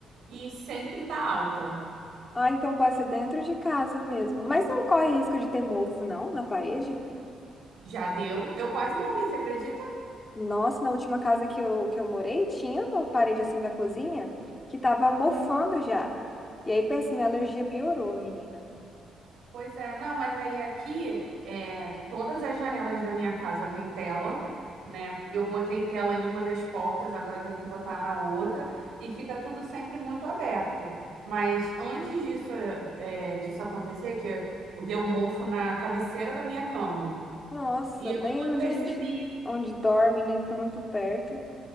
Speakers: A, on the right (about 75°); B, on the left (about 25°).
A: e sempre tá alta.
B: Ah, então pode ser dentro de casa mesmo. Mas não corre risco de ter mofo, não, na parede?
A: Já deu? Eu quase morri, você acredita?
B: Nossa, na última casa que eu, que eu morei, tinha uma parede assim da cozinha que tava mofando já. E aí, pensa, minha alergia piorou, menina.
A: Pois é, não, mas aí aqui, é, todas as janelas da minha casa têm tela, né? Eu botei tela em uma das portas, agora eu tenho que botar na outra, e fica tudo sempre muito aberto. Mas antes disso, é, disso acontecer, que deu mofo na cabeceira da minha cama,
B: Nossa,
A: e eu
B: bem
A: não
B: onde
A: percebi
B: a gente, onde dorme, né? Fica muito perto.